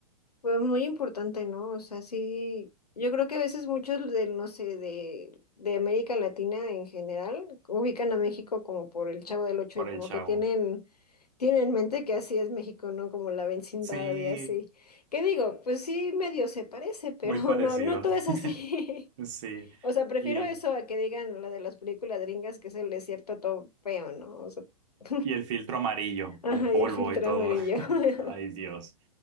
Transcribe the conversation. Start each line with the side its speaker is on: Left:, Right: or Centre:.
Left: fue muy importante, ¿no? O sea, sí, yo creo que a veces muchos del, no sé, de, de América Latina en general, ubican a México como por el Chavo del Ocho
Right: por
Left: y como
Right: el chavo.
Left: que tienen, tienen en mente que así es México, ¿no? Como la vecindad
Right: Sí,
Left: y así. ¿Qué digo? Pues sí, medio se parece, <laughs> pero
Right: muy parecido.
Left: no, no todo es
Right: <laughs>
Left: así. <laughs>
Right: Sí.
Left: O sea, prefiero
Right: Y,
Left: eso a que digan lo de las películas gringas, que es el desierto todo feo, ¿no? O sea, <laughs>
Right: y el filtro amarillo,
Left: ajá,
Right: con polvo
Left: y el filtro
Right: y todo.
Left: amarillo.
Right: <laughs>
Left: <laughs>
Right: Ay, Dios.